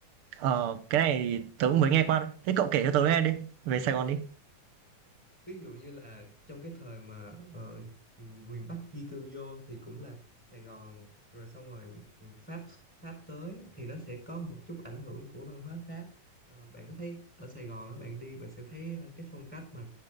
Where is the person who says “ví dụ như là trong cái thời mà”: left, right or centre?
Centre